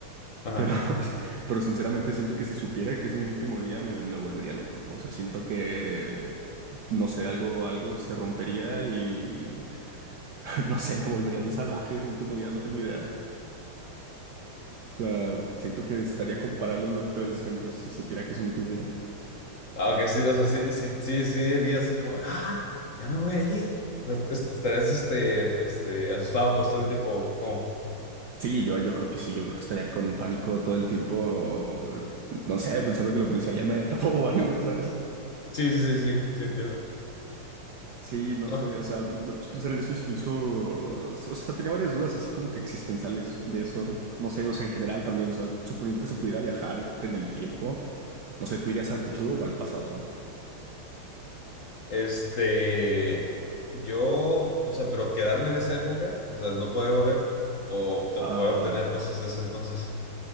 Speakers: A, on the left (about 55°); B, on the right (about 60°).
A: Ajá.
B: Pero, <laughs> pero sinceramente siento que si supiera que es mi último día me, me volvería loco. O sea, siento que, no sé, algo, algo se rompería y, <laughs> no sé, me volvería un salvaje ese último día, no tengo idea. O sea, siento que estaría comparable a un loquito del centro si supiera que es mi último día.
A: Ah, ok, sí, o sea, sí, sí, sí, sí, dirías así como, ah, ya me voy a ir. O sea, est- est- estarías, este, este, asustado pues todo el tiempo, como,
B: Sí, yo, yo creo que sí, yo creo que estaría con pánico todo el tiempo, no sé, pensando que la policía ya me atrapó <laughs> o algo, ¿no sabes?
A: sí, sí, sí, sí, sí, entiendo.
B: Sí, no
A: no
B: sé, o sea, me puse a pensar en eso y se me hizo, o sea, tenía varias dudas así como que existenciales de eso, ¿no? No sé, o sea, en general también, o sea, suponiendo que se pudiera viajar en el tiempo, no sé, ¿tú irías al futuro o al pasado?
A: Este, yo, o sea, pero quedarme en esa época, o sea, no poder volver o obte-
B: Ah,
A: poder obtener cosas de ese entonces,